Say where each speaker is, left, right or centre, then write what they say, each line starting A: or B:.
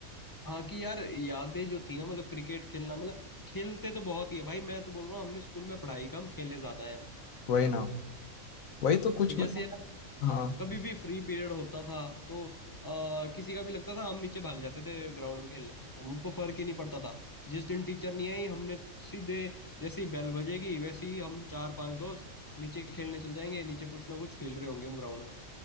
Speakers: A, on the left (about 30°); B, on the left (about 70°).
A: हाँ कि यार यादें जो थी ना मतलब क्रिकेट खेलना मतलब खेलते तो बहुत ही है भाई मैं तो बोल रहा हूँ हमने स्कूल में पढ़ाई कम खेले ज्यादा है हम
B: वही ना वही तो कुछ
A: कि जैसे
B: मतलब
A: यार
B: हाँ
A: कभी भी फ्री पीरियड होता था तो आ, किसी का भी लगता था हम नीचे भाग जाते थे ग्राउंड में खेलने हमको फर्क ही नहीं पड़ता था जिस दिन टीचर नहीं आई हमने सीधे जैसे ही बेल बजेगी वैसे ही हम चार पांच दोस्त नीचे खेलने चल जाएंगे नीचे कुछ ना कुछ खेल रहे होंगे हम ग्राउंड में